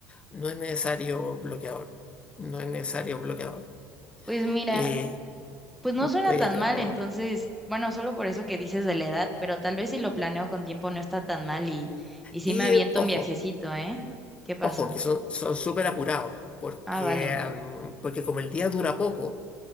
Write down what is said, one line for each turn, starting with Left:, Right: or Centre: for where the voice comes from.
Left: No es necesario bloqueador. No es necesario bloqueador.
Centre: Pues mira.
Left: Eh,
Centre: Pues no suena
Left: pero.
Centre: tan mal, entonces, bueno, solo por eso que dices de la edad, pero tal vez si lo planeo con tiempo no está tan mal y, y sí
Left: Y
Centre: me aviento
Left: eh, ojo,
Centre: un viajecito, ¿eh? ¿Qué pasó?
Left: ojo, que son son súper apurados. Porque,
Centre: Ah, vale.
Left: mm, porque como el día dura poco.